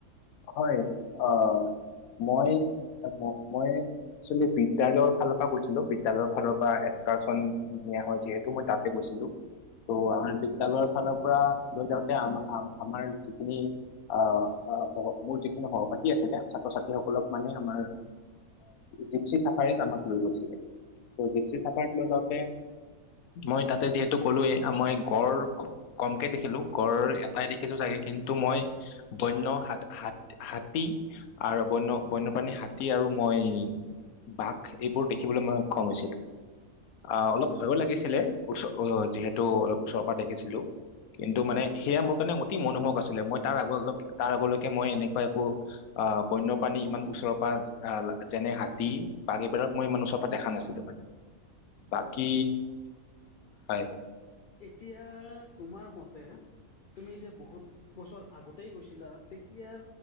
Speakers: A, on the left; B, on the left.
A: হয়' আ মই, মই এক্সচোৱেলী বিদ্যয়ালয়ৰ ফালৰ পৰা গৈছিলো। বিদ্যালয়ৰ ফালৰ পৰা এক্সকাৰ্চন নিয়া হয়। যিহেতু মই তাত গৈছিলো। ত' আমাৰ বিদ্যালয়ৰ ফালৰ পৰা লৈ যাওঁতে, আ আ আমাৰ যিখিনি আ মোৰ যিখিনি সহপাতি আছিলে ছাত্ৰ ছাত্ৰীসকলক মানে আমাৰ জিপচি চাফাৰীত আমাক লৈ গৈছিলে, ত জিপচি চাফাৰীত লৈ যাওঁতে মই তাতে যিহেতু ক'লোৱেই, মই গড় কমকে দেখিলো গঁড় এটাই দেখিছো চাগে, কিন্তু মই বন্য হাতী হাত, হাতী আৰু বন্য বন্যপ্ৰাণী হাতী আৰু মই। বাঘ এইবোৰ দেখিবলৈ মই সক্ষম হৈছিলো। আ অলপ ভয়ো লাগিছিলে আ যিহেতু অলপ ওচৰৰ পৰা দেখিছিলো। কিন্তু মানে সেয়া মোৰ কাৰণে অতি মনোহক আছিলে, মই তাৰ আগ, তাৰ আগলৈকে মই এনেকুৱা একো আ, বন্য প্ৰাণী ইমান ওচৰৰ পৰা আ, যেনে হাতী, বাঘ এইবিলাক মই ইমান ওচৰৰ পৰা দেখা নাছিলো। বাকি হয়।
B: এতিয়া তোমাৰ মতে তুমি যে বহুত বছৰ আগতেই গৈছিলা? তেতিয়াৰ